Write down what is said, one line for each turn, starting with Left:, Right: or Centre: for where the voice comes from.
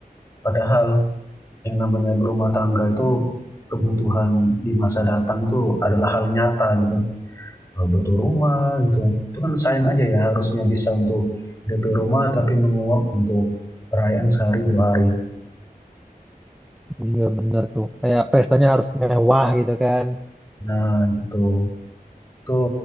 Left: padahal yang namanya berumah tangga itu kebutuhan di masa datang itu adalah hal nyata gitu butuh rumah gitu itu kan sayang aja ya harusnya bisa untuk DP rumah tapi menguap untuk perayaan sehari dua hari
Centre: Iya bener tuh. Kayak pestanya harus mewah gitu kan.
Left: Nah, gitu. Itu,